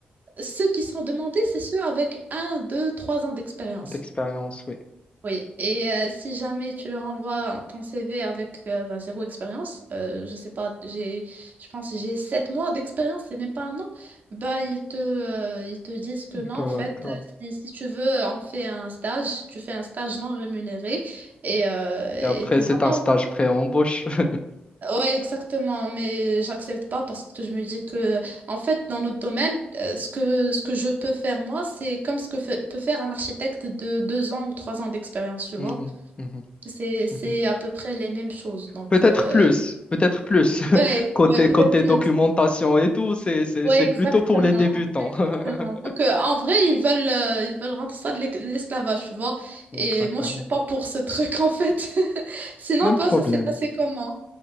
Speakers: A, on the right; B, on the left.
A: ceux qui sont demandés, c'est ceux avec un, deux, trois ans d'expérience.
B: D'expérience, oui.
A: Oui. Et euh, si jamais tu leur envoies ton CV avec euh, bah, zéro expérience, euh, je sais pas, j'ai, je pense que j'ai sept mois d'expérience, c'est même pas un an, bah ils te, euh, ils te disent que
B: D'accord.
A: non, en fait, euh, si, si tu veux, on fait un stage, tu fais un stage non rémunéré, et, euh,
B: Et
A: et
B: après,
A: puis
B: c'est
A: voilà.
B: un stage pré-embauche. <laughs>
A: Ouais, exactement, mais j'accepte pas parce que je me dis que, en fait, dans notre domaine, euh, ce que, ce que je peux faire moi, c'est comme ce que fait- peut faire un architecte de deux ans ou trois ans d'expérience, tu
B: Mhm,
A: vois.
B: mhm,
A: C'est, c'est
B: mhm.
A: à peu près les mêmes choses. Donc,
B: Peut-être
A: euh,
B: plus, peut-être plus. <laughs>
A: ouais,
B: Côté,
A: ouais, peut-être
B: côté
A: plus.
B: documentation et tout, c'est, c'est,
A: Ouais,
B: c'est
A: exactement.
B: plutôt pour les débutants.
A: Exactement.
B: <laughs>
A: Donc, euh, en vrai, ils veulent, euh, ils veulent rendre ça de l'e- de l'esclavage, tu vois. Et
B: Exactement.
A: moi, je suis pas pour ce <laughs> truc, en fait. <laughs> Sinon,
B: Même
A: toi,
B: problème.
A: ça s'est passé comment?